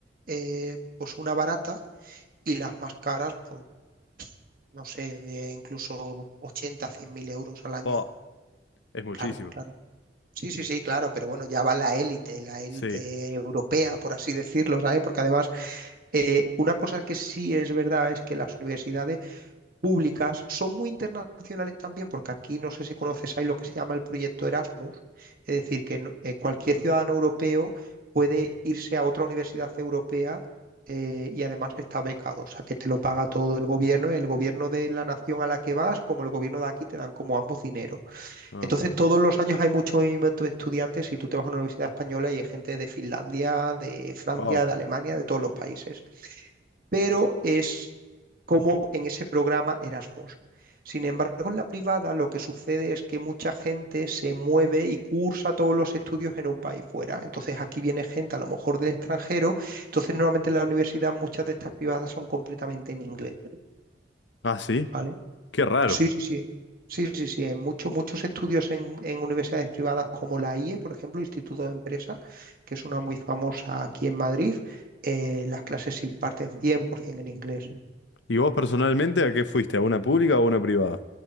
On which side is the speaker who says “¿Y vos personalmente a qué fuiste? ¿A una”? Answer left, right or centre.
Left